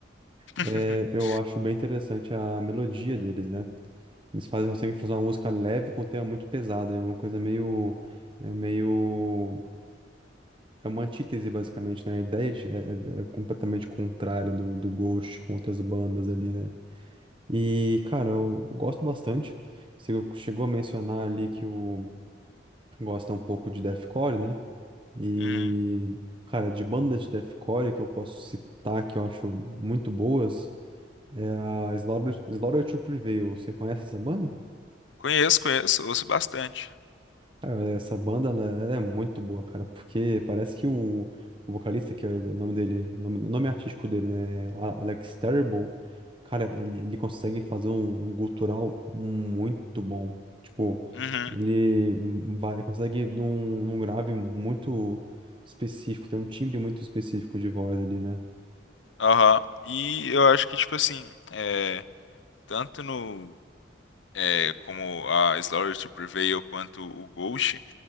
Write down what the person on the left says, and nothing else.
<laughs>
Uhum.
Conheço, conheço, ouço bastante.
Uhum.
Aham. E eu acho que, tipo assim, é, tanto no é, como a Slaughter to Prevail quanto o Ghost,